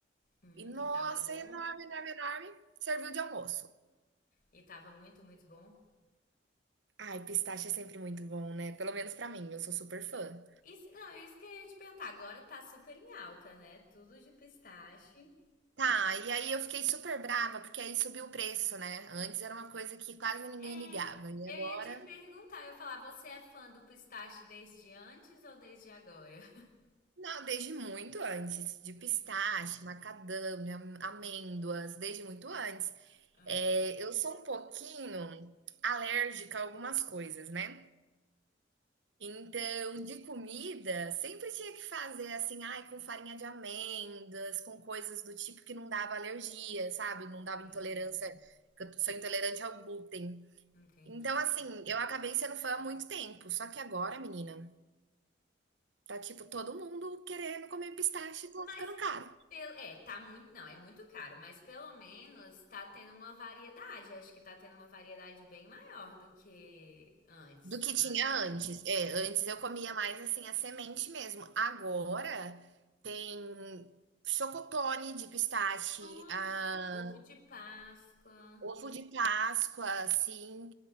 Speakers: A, on the left; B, on the right.
A: Hum,
B: E nossa,
A: e tava bom?
B: enorme, enorme, enorme. Serviu de almoço.
A: E tava muito, muito bom?
B: Ai, pistache é sempre muito bom, né? Pelo menos pra mim, eu sou super fã.
A: Isso, não, é isso que eu ia te perguntar. Agora tá super em alta, né? Tudo de pistache.
B: Tá, e aí eu fiquei super brava, porque aí subiu o preço, né? Antes era uma coisa que quase ninguém
A: É,
B: ligava, e
A: eu
B: agora.
A: ia te perguntar, eu ia falar, você é fã do pistache desde antes ou desde agora? <laughs>
B: Não, desde muito antes, de
A: Desde.
B: pistache, macadâmia, amêndoas, desde muito antes.
A: Aham,
B: É, eu sou um pouquinho alérgica a algumas coisas, né? Então, de comida, sempre tinha que fazer assim, ai, com farinha de amêndoas, com coisas do tipo que não dava alergia, sabe? Não
A: entendi.
B: dava intolerância, que eu sou intolerante ao glúten.
A: Entendi.
B: Então, assim, eu acabei sendo fã há muito tempo, só que agora, menina, tá tipo todo mundo querendo comer pistache e tá
A: Mas
B: ficando caro.
A: pelo, é, tá muito, não, é muito caro, mas pelo menos tá tendo uma variedade. Acho que tá tendo uma variedade bem maior do que antes,
B: Do
A: sei
B: que
A: lá.
B: tinha antes. É, antes
A: É.
B: eu comia mais assim a semente mesmo. Agora tem chocotone de pistache,
A: Tudo.
B: ah,
A: Ovo de Páscoa.
B: ovo de Páscoa, assim.